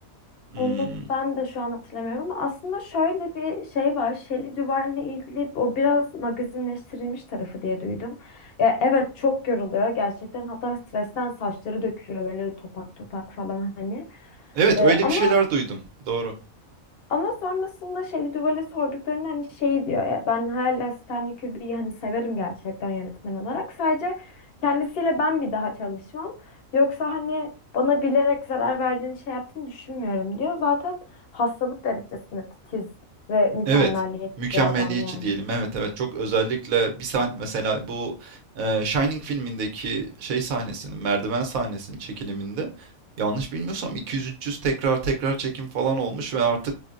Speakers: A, on the right; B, on the left.
A: Hmm,
B: Onu ben de şu an hatırlamıyorum ama aslında şöyle bir şey var. Shelley Duvall'le ilgili o biraz magazinleştirilmiş tarafı diye duydum. Ya evet çok yoruluyor gerçekten. Hatta stresten saçları dökülüyor böyle topak topak falan hani.
A: evet
B: Ee,
A: öyle
B: ama
A: bir şeyler duydum. Doğru.
B: Ama sonrasında Shelley Duvall'e sorduklarında hani şey diyor ya ben hala Stanley Kubrick'i hani severim gerçekten yönetmen olarak. Sadece kendisiyle ben bir daha çalışmam. Yoksa hani bana bilerek zarar verdiğini şey yaptığını düşünmüyorum diyor. Zaten hastalık derecesinde titiz ve mükemmeliyetçi
A: Evet. Mükemmeliyetçi
B: bir adam yani.
A: diyelim. Evet evet çok özellikle bir sahne mesela bu e, Shining filmindeki şey sahnesinin merdiven sahnesinin çekiliminde yanlış bilmiyorsam 200-300 tekrar tekrar çekim falan olmuş ve artık